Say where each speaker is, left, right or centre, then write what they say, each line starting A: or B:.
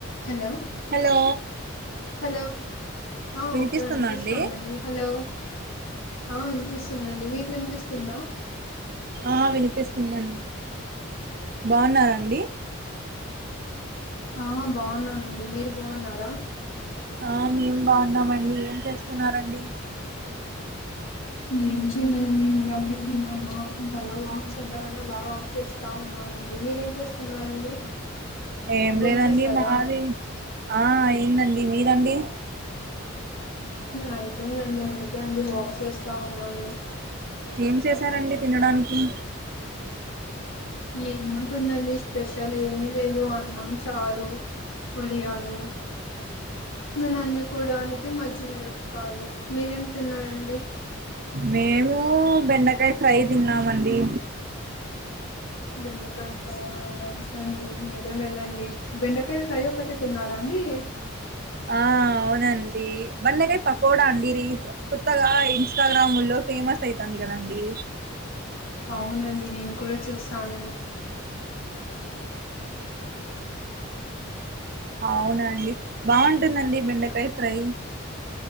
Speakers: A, on the left (about 75°); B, on the right (about 45°).
A: Hello
B: hello
A: hello ఆ
B: వినిపిస్తుందా
A: okay వినిపిస్తాండి
B: అండి
A: హలో ఆ వినిపిస్తుందండి మీకు వినిపిస్తు తుందా
B: ఆ వినిపిస్తుందండి బావున్నరా అండి
A: ఆ బాగున్నానండి మీరు బాగున్నారా
B: ఆ మేం బావున్నామండి ఏం చేస్తున్నారండి
A: ఏం చేయలేదండి ఇందాకనేే తిన్నామా ఇంకా అలా వాక్ చేద్దామనే అలా వాక్ చేస్తా ఉన్నానండి మీరేం చేస్తున్నారండి
B: ఏం
A: భోంచేసారా
B: లేదండి మాది ఆ అయిందండి మీదండి
A: అయిపోయిందండి అందుకే అండి వాక్ చేస్తా ఉన్నాను
B: ఏం చేసారండి తినడానికి
A: ఏముంటుందండి స్పెషల్ ఏమి లేదు అన్నం చారు వడియాలు నన నంచ్చుకోవడానికి మజ్జిగమిరపకాయలు మీరేమి తిన్నారండి
B: మేము బెండకాయ ఫ్రై తిన్నామండి
A: బెండకాయ ఫ్రై నైస్ అండి మీరే మేలండి బెండకాయ ఫ్రై ఒకటే తిన్నారా అండి
B: ఆ అవునండి బండకాయ పకోడా అండీ రీ కొత్తగా ఇన్స్టాగ్రాము లో ఫేమస్ అయితోంది కదండి
A: అవునండి నేను కూడా చూసాను
B: అవునండి బాగుంటుందండి బెండకాయ ఫ్రై